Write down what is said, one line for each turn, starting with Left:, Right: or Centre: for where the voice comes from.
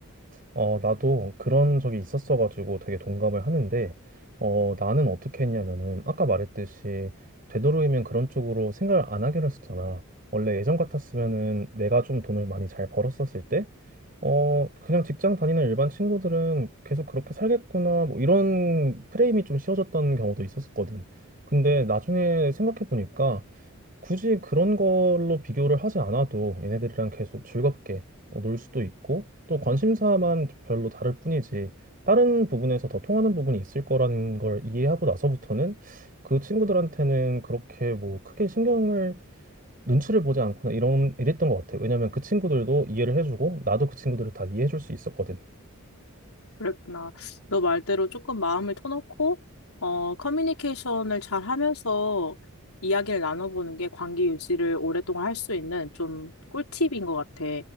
Right: 어, 나도 그런 적이 있었어가지고 되게 동감을 하는데, 어, 나는 어떻게 했냐면은, 아까 말했듯이, 되도록이면 그런 쪽으로 생각을 안 하기로 했었잖아. 원래 예전 같았으면은 내가 좀 돈을 많이 잘 벌었었을 때, 어, 그냥 직장 다니는 일반 친구들은 계속 그렇게 살겠구나, 뭐 이런 프레임이 좀 씌워졌던 경우도 있었었거든. 근데 나중에 생각해보니까, 굳이 그런 걸로 비교를 하지 않아도 얘네들이랑 계속 즐겁게 어, 놀 수도 있고 또 관심사만 별로 다를 뿐이지 다른 부분에서 더 통하는 부분이 있을 거라는 걸 이해하고 나서부터는 그 친구들한테는 그렇게 뭐 크게 신경을 눈치를 보지 않거나 이런 이랬던 것 같아요. 왜냐면 그 친구들도 이해를 해주고 나도 그 친구들을 다 이해해줄 수 있었거든.
Left: 그랬구나. 너 말대로 조금 마음을 터놓고, 어, 커뮤니케이션을 잘 하면서 이야기를 나눠보는 게 관계 유지를 오랫동안 할 수 있는 좀 꿀팁인 것 같아.